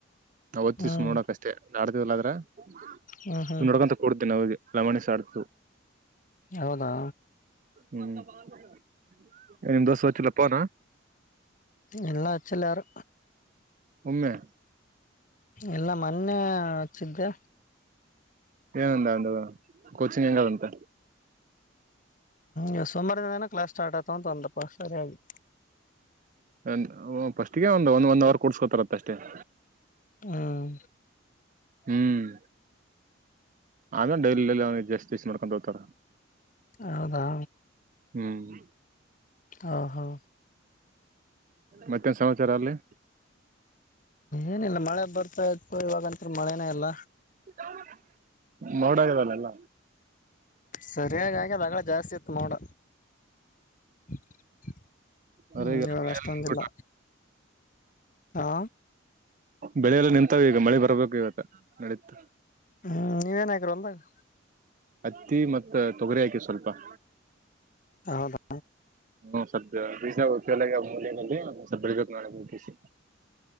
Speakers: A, on the right; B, on the left.
A: ನಾವ್ ಅವತ್ತಿದ್ದ
B: ಹ್ಮ್
A: ನೋಡಕ್ ಅಷ್ಟೇ ಆಡ್ತವಲ್ಲ ಆದ್ರ.. <unintelligible>
B: ಹ್ಮ್ ಹ್ಮ್
A: ನೋಡ್ಕಂತ ಕೊಡ್ತೇನೆ ಅವಿಗೆ ಲಮಣಸ ಆಡ್ತು
B: ಹೌದಾ
A: ಹ್ಮ <inaudible> ಏನ್ ದೋಸೆ ವಚ್ಚಲ ಪೋನ.
B: <inaudible> ಎಲ್ಲಾಚಲ್ಲಾಲ್ಲ ಯಾರು
A: ಒಮ್ಮೆ
B: ಎಲ್ಲ ಮೊನ್ನೆ ಹಚ್ಚಿದ್ದೆ.
A: ಏನಂದ ಅನ್ನೋದ್ ಕೋಚಿಂಗ್ ಹೆಂಗದಂತ
B: ಹ ಸೋಮವಾರ ದಿನನೇ ಕ್ಲಾಸ್ ಸ್ಟಾರ್ಟ್ ಆತ ಅಂತಂದಪ್ಪ ಸರಿಯಾಗಿ.
A: ಅಂದೇ ಹು ಫಸ್ಟ್ಗೆ ಒನ ಒಂದ್ ಒಂದ್ ಅವರ್ ಕೊಡ್ಸ್ಕೋತಾರತ್ತ ಅಷ್ಟೇ. <inaudible>
B: ಹ್ಮ್
A: ಹ್ಮ್ ಆಗಾಗ ಡೈಲಿಅವಿಗೆ ಜಾಸ್ತಿಸ್ ಮಾಡ್ಕೊಂಡು ಹೋಗತಾರ
B: ಹೌದಾ
A: ಹ್ಮ್
B: ಹಾ ಹಾ
A: ಮತ್ತೇನ್ ಸಮಾಚಾರ ಅಲ್ಲಿ.
B: ಏನಿಲ್ಲ ಮಳೆ ಬರ್ತಾ ಇತ್ತು ಇವಾಗತ್ ಮಳೆನೇ ಇಲ್ಲ
A: <unintelligible> ನೋಡಗದ ಯಲ್ಲ
B: ಸರಿಯಾ ಆಗಿದೆ ಆಗಳೆ ಜಾಸ್ತಿ ಇತ್ತ ನೋಡ. <inaudible>
A: ಹೊರಗೆಲ್ಲ
B: ಇವಾಗ ಅಷ್ಟೊಂದು
A: ನಿಂತ್ಬಿಟ್ಟು
B: ಇಲ್ಲ ಹಾ
A: ಬೆಳೆಲ್ಲ ನಿಂತಾವ ಈಗ ಮಳೆ ಬರ್ಬೇಕು ಇವತ್ತ ನಡಿಯತ್ತ.
B: ಹ್ಮ್ ನೀವೇನ ಹಾಕಿರಿ ಹೊಲದಾಗ
A: ಹತ್ತಿ ಮತ್ತ ತೊಗರಿ ಹಾಕಿ ಸ್ವಲ್ಪ <unintelligible>
B: ಹೌದಾ
A: ಹ್ಮ ಸ್ವಲ್ಪ್ ಬೀಜ ಅವು ಫೇಲ್ ಅಗ್ಯಾವ ಮೂಲೆಲೆ ಸ್ವಲ್ಪ್ ಬಿಡಬೇಕ ಹೂವು ಕೋಸಿ